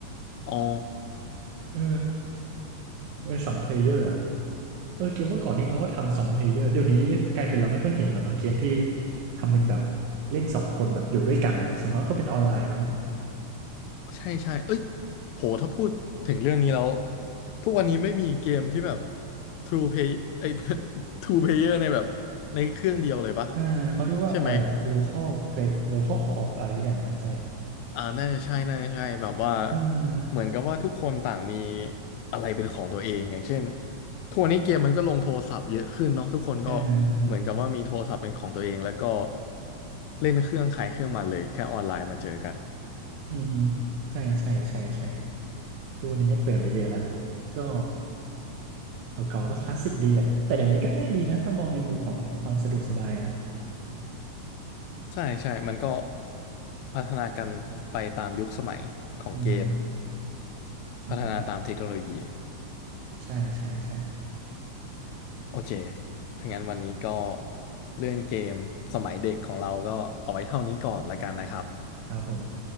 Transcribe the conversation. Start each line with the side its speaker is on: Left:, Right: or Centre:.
Left: อ๋อ
Right: เออมันเป็นสองเพลเยอร์อ่ะเออเกมเมื่อก่อนนี่เขาก็ทำสองเพลเยอร์เดี๋ยวนี้กลายเป็นเราไม่ค่อยเห็นแล้วเนาะ เกมที่ทำเป็นแบบเล่นสองคนแบบอยู่ด้วยกันอ่ะสมมติก็เป็นออนไลน์มั้ง
Left: ใช่ใช่เอ้ยโหถ้าพูดถึงเรื่องนี้แล้วทุกวันนี้ไม่มีเกมที่แบบ True Play ไอ้ <laughs> Two Player ในแบบในเครื่องเดียวเลยปะ
Right: อ่าเขาเรียกว่าอะไรอะ
Left: ใช่ไหม
Right: local play local co-op อะไรสักอย่างปะใช่ไหม
Left: อ่าน่าจะใช่น่าจะใช่แบบว่า
Right: เออ
Left: เหมือนกับว่าทุกคนต่างมีอะไรเป็นของตัวเองอย่างเช่นทุกวันนี้เกมมันก็ลงโทรศัพท์เยอะขึ้นเนาะทุกคนก็
Right: เออเออเออ
Left: เหมือนกับว่ามีโทรศัพท์เป็นของตัวเองแล้วก็เล่นเครื่องใครเครื่องมันเลยแค่ออนไลน์มาเจอกัน
Right: อืมอใช่ใช่ใช่ใช่ทุกวันนี้ก็เปลี่ยนไปเยอะละก็ เก่าๆก็คลาสสิกดีอ่ะแต่เดี๋ยวนี้ก็ง่ายดีนะถ้ามองในมุมของความสะดวกสบายเนาะ
Left: ใช่ใช่มันก็พัฒนากันไปตามยุคสมัยของเกม
Right: อือฮึอือฮึ
Left: พัฒนาตามเทคโนโลยี
Right: ใช่ใช่ใช่
Left: โอเคถ้างั้นวันนี้ก็เรื่องเกมสมัยเด็กของเราก็เอาไว้เท่านี้ก่อนละกันนะครับ
Right: ครับผม